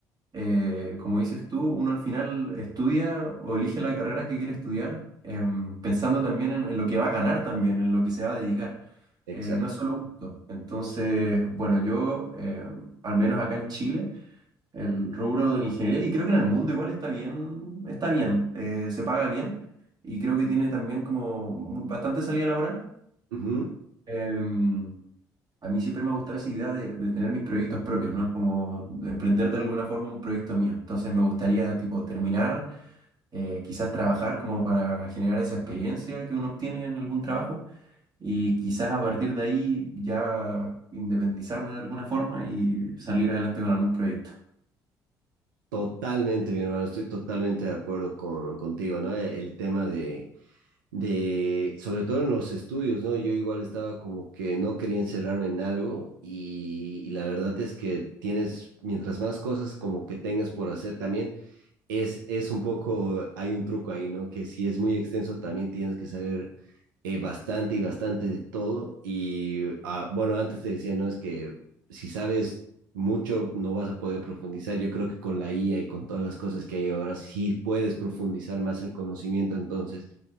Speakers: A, on the right; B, on the right.
A: eh, como dices tú, uno al final estudia o elige la carrera que quiere estudiar, em, pensando también en en lo que va a ganar también, en lo que se va a dedicar.
B: exacto.
A: Eh, no es solo gusto. Entonces, bueno, yo, eh, al menos acá en Chile, el rubro de la ingeniería, y creo que en el mundo igual está bien, está bien, eh, se paga bien, y creo que tiene también como bastante salida laboral.
B: Ujú.
A: Em, a mí siempre me ha gustado esa idea de, de tener mis proyectos propios, ¿no? Como de emprender de alguna forma un proyecto mío. Entonces me gustaría, tipo, terminar, eh, quizás trabajar como para generar esa experiencia que uno obtiene en algún trabajo y quizás a partir de ahí ya independizarme de alguna forma y salir adelante con algún proyecto.
B: Totalmente, mi hermano, estoy totalmente de acuerdo con, contigo, ¿no? El, el tema de, de, sobre todo en los estudios, ¿no? Yo igual estaba como que no quería encerrarme en algo y, y la verdad es que tienes, mientras más cosas como que tengas por hacer también, es, es un poco, hay un truco ahí, ¿no? Que si es muy extenso también tienes que saber eh, bastante y bastante de todo y, ah, bueno, antes te decía, ¿no? Es que si sabes... Mucho no vas a poder profundizar. Yo creo que con la IA y con todas las cosas que hay ahora, sí puedes profundizar más el conocimiento. Entonces,